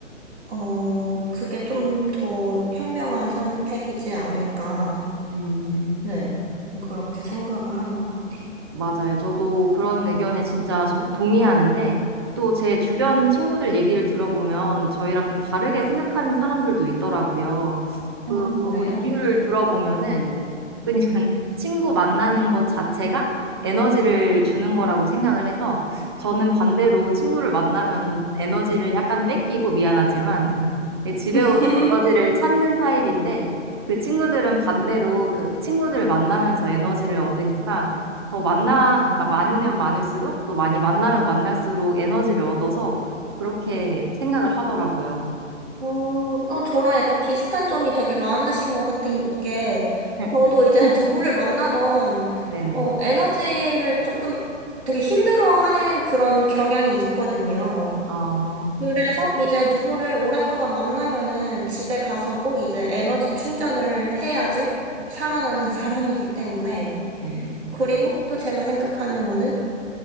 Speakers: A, on the right; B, on the right.
A: 어, 그게 좀 더 현명한 선택이지 않을까.
B: 음.
A: 네, 좀 그렇게 생각을 하는 것 같아요.
B: 맞아요. 저도 그런 의견에 진짜 정- 동의하는데 또 제 주변 친구들 얘기를 들어보면 저희랑 좀 다르게 생각하는 사람들도 있더라고요.
A: 아,
B: 그
A: 그래요?
B: 이유를
A: 네.
B: 들어보면은 그냥 <laughs> 친구 만나는 것 자체가 에너지를 주는 거라고 생각을 해서 저는 반대로 친구를 만나면 에너지를 약간 뺏기고 미안하지만 <laughs> 집에
A: <laughs>
B: 오면 에너지를 찾는 타입인데 그 친구들은 반대로 그 친구들 만나면서 에너지를 얻으니까 더 만나, 그러니까 많으면 많을수록 또 많이 만나면 만날수록 에너지를 얻어서 그렇게 생각을 하더라고요.
A: 음, 어, 저랑 약간 비슷한 점이 되게 많으신 것 같은 게,
B: <laughs>
A: 저도 이제 <laughs> 누구를 만나던,
B: 네네.
A: 어, 에너지를 조금 되게 힘들어하는 그런 경향이 있거든요.
B: 아,
A: 그래서 이제 누구를 오랫동안 만나면은 집에 가서 꼭 이제 에너지 충전을 해야지 살아나는 <laughs> 사람이기 때문에.
B: 음,
A: 그리고 또 제가 생각하는 거는,